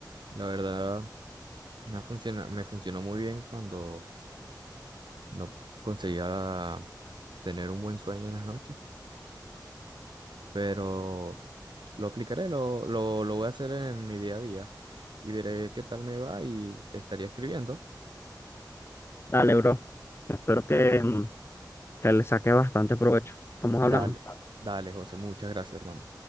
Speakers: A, on the right; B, on the left.
A: la verdad me funciona, me funcionó muy bien cuando no conseguía tener un buen sueño en las noches, pero lo aplicaré, lo, lo, lo voy a hacer en mi día a día y veré qué tal me va y te estaría escribiendo.
B: Dale, bro. Espero que, mm, que le saque bastante provecho. Estamos
A: Dale,
B: hablando.
A: dale, José, muchas gracias, hermano.